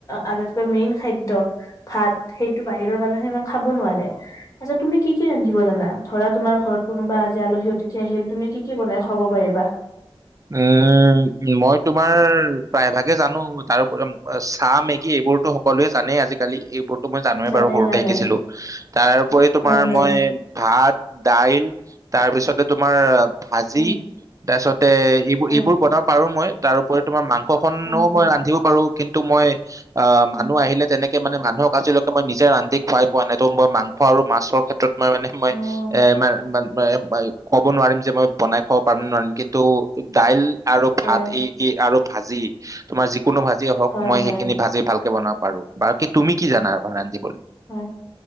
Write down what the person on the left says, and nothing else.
আটাইতকৈ মেইন খাদ্য ভাত, সেইটো বাহিৰৰ মানুহে ইমান খাব নোৱাৰে। আচ্ছা, তুমি কি কি ৰান্ধিব জানা? ধৰা তোমাৰ ঘৰত কোনোবা আজি আলহী-অতিথি আহিল। তুমি কি কি বনাই খুৱাব পাৰিবা?
জানে
জানে
হয় হয়
উম
উম
উম, উম,
উম,
অ',
হয়,
হয়,
হয়,
হয়।